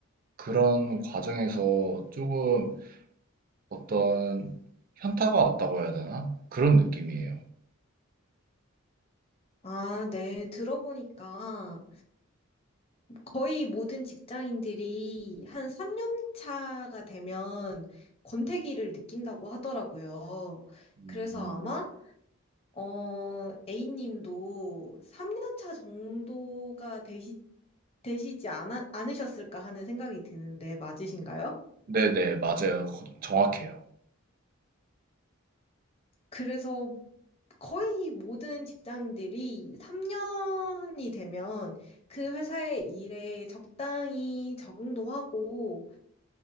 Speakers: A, on the right; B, on the left.
A: 그런 과정에서 조금 어떤 현타가 왔다고 해야 되나? 그런 느낌이에요.
B: 아, 네, 들어보니까 거의 모든 직장인들이 한 3년 차가 되면 권태기를 느낀다고 하더라고요.
A: 음,
B: 그래서 아마, 어, A님도 3년 차 정도가 되시, 되시지 않아, 않으셨을까 하는 생각이 드는데 맞으신가요?
A: 네네, 맞아요. 거- 정확해요.
B: 그래서 거의 모든 직장인들이 3년이 되면 그 회사의 일에 적당히 적응도 하고